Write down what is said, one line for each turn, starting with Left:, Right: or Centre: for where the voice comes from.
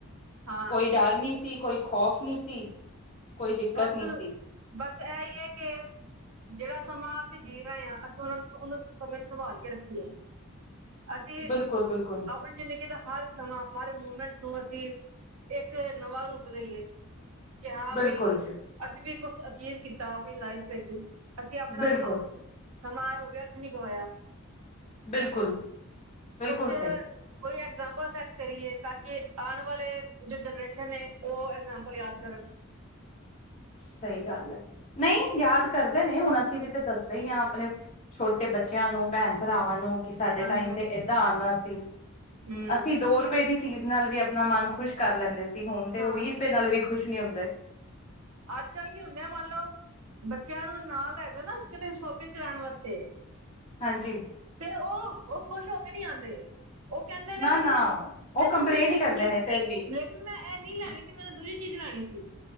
Right: ਹਾਂ
Left: ਕੋਈ ਡਰ ਨਹੀਂ ਸੀ ਕੋਈ ਖੌਫ ਨਹੀਂ ਸੀ। ਕੋਈ ਦਿੱਕਤ
Right: ਬਸ
Left: ਨਹੀਂ ਸੀ।
Right: ਬਸ ਇਹ ਹੀ ਹੈ ਕਿ ਜਿਹੜਾ ਸਮਾਂ ਅਸੀਂ ਜੀ ਰਹੇ ਹਾਂ ਅਸੀਂ ਉਹ ਨੂੰ ਉਹਨੂੰ ਸਮੇਂ ਨੂੰ ਸੰਭਾਲ ਕੇ ਰੱਖੀਏ। ਅਸੀਂ
Left: ਬਿਲਕੁਲ, ਬਿਲਕੁਲ,
Right: ਆਪਣੀ ਜ਼ਿੰਦਗੀ ਦਾ ਹਰ ਸਮਾਂ ਹਰ ਮੂਮੈਂਟ ਨੂੰ ਅਸੀਂ ਇੱਕ ਨਵਾਂ ਰੂਪ ਦਈਏ। ਕਿ ਹਾਂ
Left: ਬਿਲਕੁਲ
Right: ਬਈ
Left: ਜੀ,
Right: ਅਸੀਂ ਵੀ ਕੁੱਛ ਅਚੀਵ ਕੀਤਾ ਆਪਣੀ ਲਾਈਫ ਵਿੱਚ। ਅਸੀਂ ਆਪਣਾ
Left: ਬਿਲਕੁਲ,
Right: ਜੋ ਸਮਾਂ ਹੈ ਉਹ ਵਿਅਰਥ ਨਹੀਂ ਗਵਾਇਆ।
Left: ਬਿਲਕੁਲ ਬਿਲਕੁਲ
Right: ਕੁਛ
Left: ਸਹੀ।
Right: ਕੋਈ ਐਗਜ਼ਮਪਲ ਸੈੱਟ ਕਰੀਏ ਤਾਂ ਕਿ ਆਣ ਵਾਲੇ ਜੋ ਜਨਰੇਸ਼ਨ ਨੇ ਉਹ ਐਗਜ਼ਮਪਲ ਯਾਦ ਕਰਨ।
Left: ਸਹੀ ਗੱਲ ਹੈ ਨਹੀਂ ਯਾਦ ਕਰਦੇ ਨੇ ਹੁਣ ਅਸੀਂ ਵੀ ਤੇ ਦੱਸਦੇ ਈ ਆ ਆਪਣੇ ਛੋਟੇ ਬੱਚਿਆਂ ਨੂੰ ਭੈਣ ਭਰਾਵਾਂ ਨੂੰ। ਕੀ ਸਾਡੇ
Right: ਹਾਂਜੀ
Left: ਟਾਈਮ
Right: ਹਾਂਜੀ
Left: ਤੇ ਏਦਾਂ ਆਂਦਾ ਸੀ
Right: ਹਮ
Left: ਅਸੀਂ <unintelligible> ਰੁਪਏ ਦੀ ਚੀਜ਼ ਨਾਲ ਵੀ ਆਪਣਾ ਮਨ ਖੁਸ਼ ਕਰ ਲੈਂਦੇ ਸੀ ਹੁਣ ਤੇ
Right: ਹਾਂ
Left: ਉਹ ਵੀਹ ਰੁਪਏ ਨਾਲ ਵੀ ਖੁਸ਼ ਨਹੀਂ ਹੁੰਦੇ।
Right: ਅੱਜ ਕੱਲ ਕੀ ਹੁੰਦੇ ਆ ਮੰਨ ਲਓ। ਬੱਚਿਆਂ ਨੂੰ ਨਾਲ ਲੇਜੋ ਨਾ ਕਿਤੇ ਸ਼ੋਪਿੰਗ ਕਰਾਣ ਵਾਸਤੇ।
Left: ਹਾਂਜੀ।
Right: ਤੇ ਉਹ ਉਹ ਖੁਸ਼ ਹੋ ਕੇ ਨਹੀਂ ਆਂਦੇ। ਉਹ ਕਹਿੰਦੇ ਨੇ
Left: ਨਾ,
Right: ਮੈਨੂੰ,
Left: ਨਾ ਉਹ
Right: ਇਹ
Left: ਕੰਪਲੇਂਟ
Right: ਚੀਜ਼ ਲੈ
Left: ਹੀ
Right: ਤੀ
Left: ਕਰਦੇ ਨੇ ਫੇਰ ਵੀ
Right: ਏ ਕੀ ਮੈਂ ਐ ਨੀ ਲੈਣੀ ਸੀ। ਮੈਂਨੂੰ ਦੂਜੀ ਚੀਜ਼ ਲੈਣੀ ਸੀ।